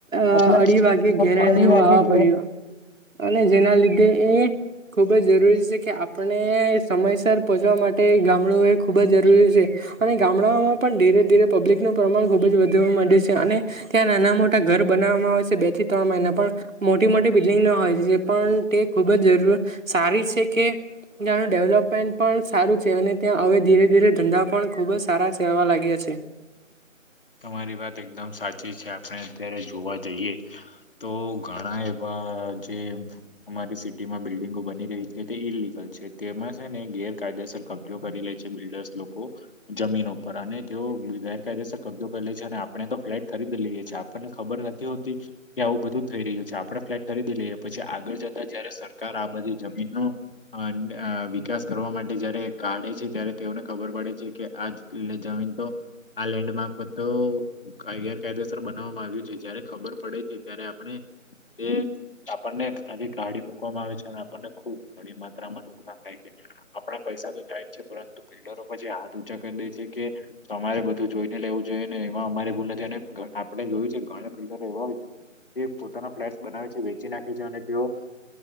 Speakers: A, on the left; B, on the right.
A: આટલા
B: અ અઢી વાગે ઘેરે
A: ફરી
B: ને એવું
A: વાગે
B: આવા
A: ઘેર
B: પડ્યું અને જેના લીધે એ ખુબ જ જરૂરી છે કે આપણે સમયસર પહોંચવા માટે ગામડું એ ખુબ જ જરૂરી છે છે અને ગામડામાં પણ ધીરે ધીરે પબ્લિકનું પ્રમાણ ખુબ જ વધવા મળ્યું છે અને ત્યાં નાના મોટા ઘર બનાવવામાં આવે છે બે થી ત્રણ મહિના પણ મોટી મોટી બિલ્ડિંગના હોય જે પણ તે ખૂબ જરૂર સારી છે કે ત્યાંનું ડેવલપમેન્ટ પણ સારું છે અને ત્યાં હવે ધીરે ધીરે ધંધા પણ ખુબ જ સારા છેવા લાગ્યા છે
A: <inaudible> તમારી વાત એકદમ સાચી છે આપણે અત્યારે જોવા જઈએ તો ઘણા એવા અ જે અમારી સિટીમાં બિલ્ડિંગો બની રહી છે તે ઈલિગલ છે તેમાં છે ને ગેર કાયદેસર કબજો કરી લે છે બિલ્ડર્સ લોકો જમીન ઉપર અને તેઓ ગેરકાયદેસર કબજો કરીલે છે અને આપણે તો ફ્લેટ ખરીદી લઈએ છીએ આપણને ખબર નથી હોતી કે આવું બધું થઈ રહ્યું છે આપડ ફ્લેટ ખરીદી લઈએ પછી આગળ જતા જયારે સરકાર આ બધી જમીનનો અ વિકાસ કરવા માટે જયારે કાઢે છે ત્યારે તેઓને ખબર પડે છે કે આ લ જમીન તો આ લેન્ડ માર્ક બધો કાય ગેરકાયદેસર બનાવવામાં આવ્યું છે જયારે ખબર પડે છે ત્યારે આપણે તે આપણને આ જે ગાડી મકવામાં આવે છે અને આપણને ખુબ ઘણી માત્રામાં નુકસાન થાય છે આપડા પૈસા તો જાય જ છે પરંતુ બિલ્ડરો પછી હાથ ઊંચા કર છે કે તમારે બધું જોઈ લેવું જોઈએને એમાં અમારી ભૂલ નથી અને આપણે જોયું છે ઘણા બિલ્ડર એવા હોય છે કે પોતાના ફ્લેટ બનાવે છે વેચી નાખે છે અને તેઓ